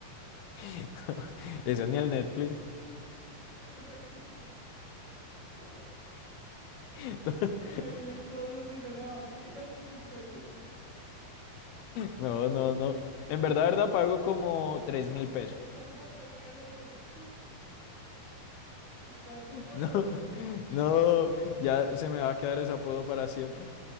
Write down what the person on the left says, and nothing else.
<laughs> Eso ni el Netflix.
<laughs>
No, no, no. En verdad, verdad, pago como tres mil
pesos.
No,
<laughs>
no, ya se me va a quedar ese apodo para siempre.